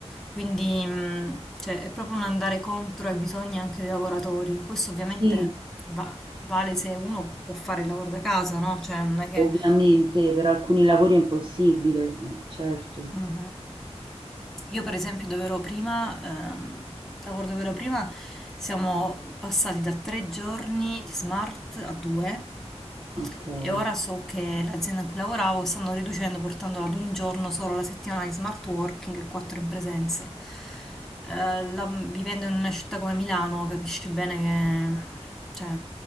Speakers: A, in the centre; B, on the right (about 45°).
A: Quindi, mh, cioè, è proprio un andare contro ai bisogni anche dei lavoratori. Questo ovviamente
B: Sì,
A: va- Vale se uno può fare il lavoro da casa, no? Cioè, non è che...
B: ovviamente per alcuni lavori è impossibile, mh, certo,
A: Mhm. Io per esempio dove ero prima, ehm, lavoro dove ero prima, siamo passati da tre giorni di smart a due
B: okay.
A: e ora so che l'azienda in cui lavoravo stanno riducendo portandola ad un giorno solo la settimana di smart working e quattro in presenza. Eh, la- vivendo in una città come Milano capisci bene che cioè,